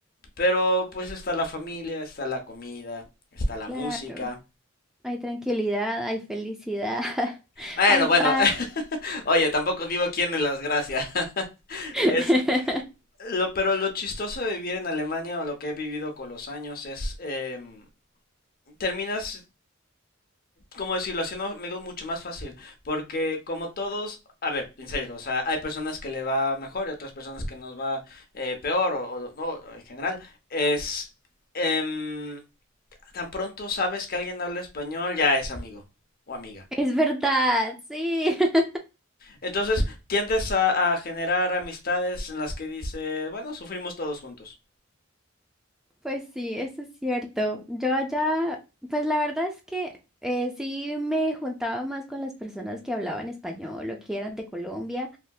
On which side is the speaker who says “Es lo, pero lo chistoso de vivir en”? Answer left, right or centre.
Left